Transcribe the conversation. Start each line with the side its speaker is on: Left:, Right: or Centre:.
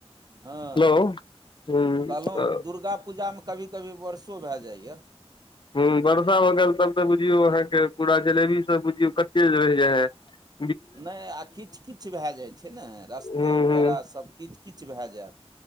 Right: हाँ
Left: हेलो हूँ तऽ
Right: कहलहुँ दुर्गा पूजामे कभी कभी वर्षो भए जाइए
Left: हाँ वर्षा भऽ गेल तब तऽ बुझियौ अहाँके पूरा जलेबी सब बुझियौ कते रहि जाइ हइ
Right: नहि आ किच किछ भए जाइ छै ने रस्तो
Left: हूँ हूँ
Right: पेड़ासब किच किच भए जायत